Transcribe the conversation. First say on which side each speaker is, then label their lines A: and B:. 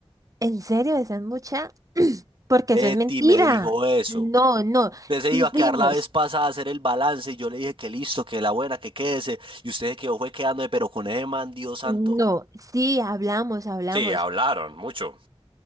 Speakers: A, on the right (about 30°); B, on the right (about 55°).
A: ¿En serio esa es mucha? <clears throat> Porque
B: Betty
A: eso es mentira.
B: me dijo eso.
A: No, no,
B: Usted se
A: sí
B: iba a
A: fuimos,
B: quedar la vez pasada a hacer el balance y yo le dije que listo, que la buena, que quédese y usted se quedó fue quedándome, pero con ese man, Dios santo,
A: no, sí hablamos, hablamos,
B: Sí, hablaron mucho.